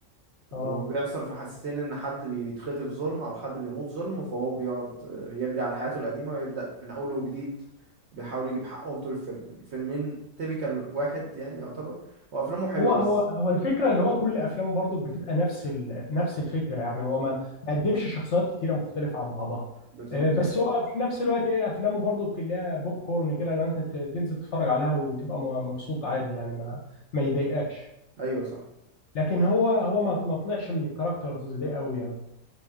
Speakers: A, on the right (about 55°); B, on the left (about 60°).
A: وبيحصل
B: اه
A: في حادثتين ان حد بيتخطف ظلم او حد بيموت ظلم فهو بيقعد آه، يرجع لحياته القديمة ويبدأ من اول وجديد بيحاول يجيب حقهم طول الفيلم الفيلمين تيبيكال واحد يعني يعتبر هو افلامه حلوة
B: هو هو
A: بس
B: هو الفكره اللي هو كل افلامه برضو بتبقى نفس ال... نفس الفكره يعني هو
A: مم.
B: ما ما قدمش شخصيات كتيره مختلفه عن بعضها
A: بالظبط
B: إيه، بس هو في نفس الوقت ايه افلامه برضو كلها بوب كورن كده لو انت ت- تنزل تتفرج عليها وتبقى م- مبسوط عادي يعني ما ما يضايقكش
A: ايوه صح
B: لكن هو هو ما ما طلعش من الكاركترز دي قوي يعني